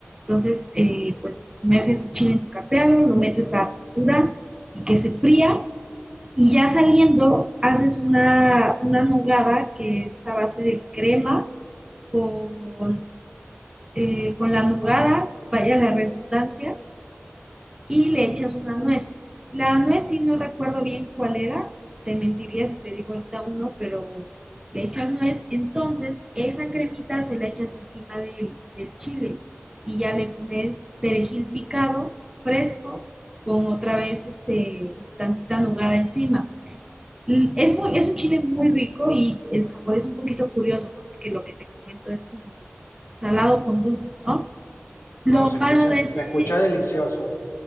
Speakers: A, on the right; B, on the left.
A: Entonces, eh, pues sumerges tu chile en tu capeado, lo metes a fritura y que se fría. Y ya saliendo, haces una, una nogada que es a base de crema con, eh, con la nogada, vaya la redundancia, y le echas una nuez. La nuez, si no recuerdo bien cuál era, te mentiría si te digo ahorita uno, pero le echas nuez, entonces esa cremita se la echas encima del, del chile y ya le pones perejil picado, fresco, con otra vez este, tantita nugada encima. Es, muy, es un chile muy rico y el sabor es un poquito curioso, ¿no? Porque lo que te comento es como salado con dulce, ¿no?
B: No,
A: Lo
B: se
A: malo
B: escucha,
A: de ese,
B: se escucha delicioso,